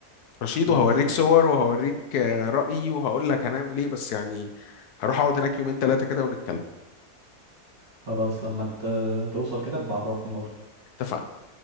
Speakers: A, on the left; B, on the right.
A: رشيد
B: خلاص
A: وهوريك صور وهوريك آه، رأيي وهقول لك هنعمل ايه بس يعني هروح اقعد هناك يومين ثلاثة كده ونتكلم
B: خلاص لما ت- توصل كده بعرفني برضه
A: اتفقنا